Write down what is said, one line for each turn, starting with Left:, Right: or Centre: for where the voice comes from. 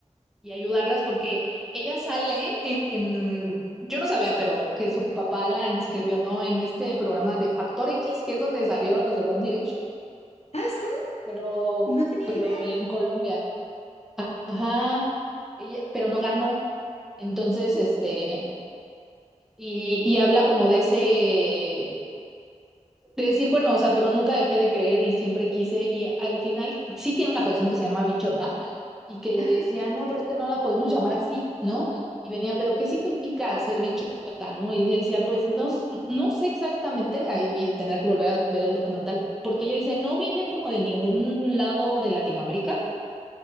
Centre: y ayudarlas porque ella sale en, yo no sabía, pero que su papá la inscribió en este programa de Factor X, que es donde salieron los de One Direction,
Left: Ah, sí,
Centre: pero,
Left: no tenía
Centre: pero
Left: idea.
Centre: en Colombia. Ajá, ella, pero no ganó. Entonces,
Left: Oh,
Centre: este, y, y habla como de ese, De decir, bueno, o sea, pero nunca dejé de creer y siempre quise. Y al final sí tiene una canción que se llama Bichota y que le
Left: ajá.
Centre: decía, no, pero es que no la podemos llamar así, ¿no? Y venía, pero ¿qué significa ser bichota, no? Y yo decía, pues no, s- no sé exactamente, ahí tendrá que volver a ver el documental, porque ella dice, no viene como de ningún lado de Latinoamérica,